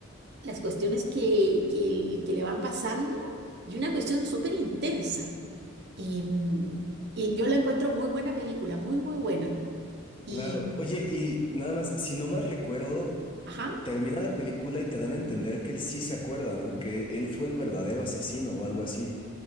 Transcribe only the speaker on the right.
las cuestiones que, que, que le van pasando y una cuestión súper intensa. Em, y yo la encuentro muy buena película, muy, muy buena. Y,
ajá,